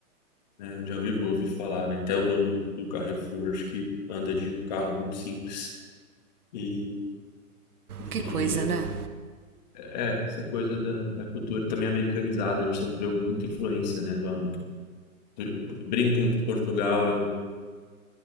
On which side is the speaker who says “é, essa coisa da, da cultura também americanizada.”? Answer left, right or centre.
Left